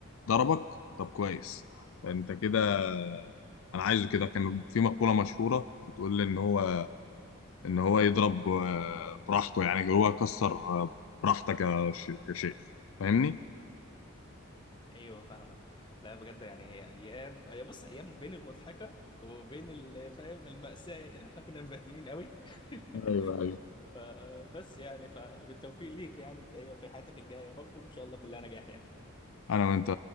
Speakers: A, on the left; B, on the left.
A: ضربك طب كويس انت كده انا عايزه كده كان في مقولة مشهورة بتقول ان هو ان هو يضرب آه، براحته يعني هو كسر آه، براحتك يا ش- يا شيخ فاهمني
B: ايوه فاهمك لا بجد يعني ايام هي بص ايام بين المضحكه وبين ال- فاهم المأساة يا جدعان احنا كنا مبهدلين قوي <laughs>
A: ايوه ايوه
B: فبس يعني فبالتوفيق ليك يعني في في حياتك الجايه يا رب وان شاء الله كلها نجاح يعني
A: انا وانت